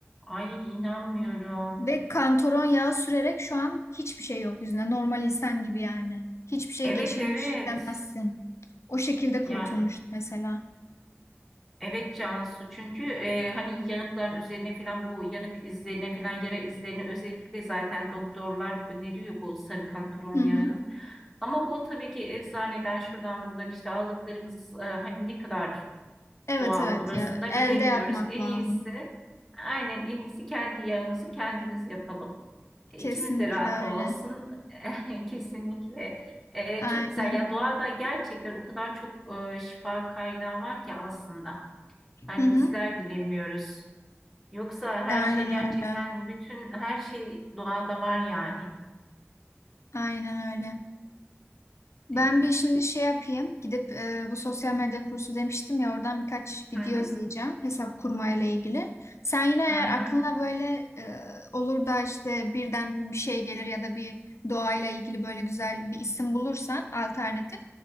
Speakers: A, in the centre; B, on the left (about 85°).
A: ay inanmıyorum.
B: Ve kantaron yağı sürerek şu an hiçbir şey yok yüzünde. Normal insan gibi yani. Hiçbir şey
A: Evet
B: geçirmiş
A: evet.
B: demezsin. O şekilde kurtulmuştu
A: Ya
B: mesela.
A: Evet Cansu çünkü e, hani yanıkların üzerine falan bu yanık izlerine falan yara izlerine özellikle zaten doktorlar öneriyor bu sarı kantaron
B: Hı hı.
A: yağını. Ama bu tabii ki eczaneden şuradan buradan işte aldıklarımız e, hani ne kadar
B: Evet
A: doğal
B: evet
A: orasını
B: ya.
A: da
B: Elde
A: bilemiyoruz.
B: yapmak
A: En
B: lazım.
A: iyisi aynen en iyisi kendi yağımızı kendimiz yapalım. E,
B: Kesinlikle
A: İçimiz de rahat olsun
B: öyle.
A: <laughs> kesinlikle. E,
B: Aynen.
A: çok güzel ya doğada gerçekten o kadar çok e, şifa kaynağı var ki aslında. Hani
B: Hı hı.
A: bizler bilemiyoruz. Yoksa her
B: Aynen
A: şey
B: öyle.
A: gerçekten bütün her şey doğada var yani.
B: Aynen öyle. Ben
A: E,
B: bir şimdi şey yapayım. Gidip e, bu sosyal medya kursu demiştim ya oradan birkaç video
A: Hı hı,
B: izleyeceğim hesap kurmayla ilgili. Sen yine eğer
A: hı hı.
B: aklına böyle e, olur da işte birden bir şey gelir ya da bir doğayla ilgili böyle güzel bir isim bulursan alternatif